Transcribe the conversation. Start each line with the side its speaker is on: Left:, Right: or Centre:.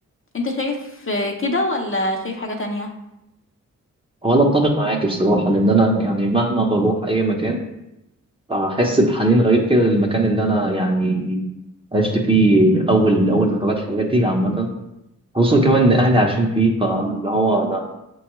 Left: انت شايف آه، كده ولا شايف حاجة تانية
Right: هو انا اتفق معاك بصراحه لان انا يعني مهما بروح اي مكان فأحس بحنين غريب كده للمكان اللي أنا يعني عشت فيه أول أول فترات حياتي عامة خصوصا كمان إن أهلي عايشين فيه فاللي هو أنا